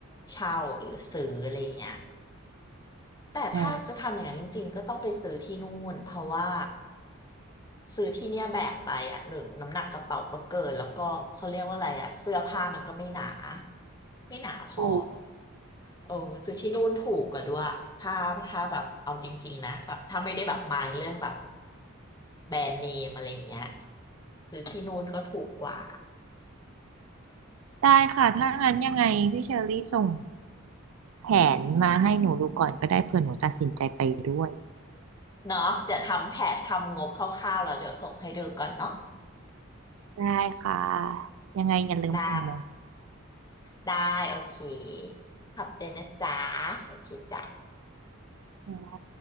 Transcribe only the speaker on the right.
อ๋อ
ถูก
ได้ค่ะถ้างั้นยังไงพี่เชอรี่ส่งแผนมาให้หนูดูก่อนก็ได้เผื่อหนูตัดสินใจไปด้วย
ได้ค่ะยังไงอย่าลืมส่งมา
อื